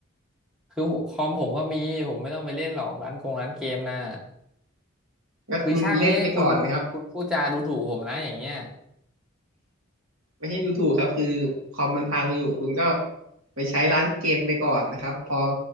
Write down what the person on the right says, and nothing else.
ก็คุณเล่นไปก่อนนะครับ
ไม่ใช่ดูถูกครับคือคอมมันพังอยู่คุณก็ไปใช้ร้านเกมไปก่อนนะครับพอ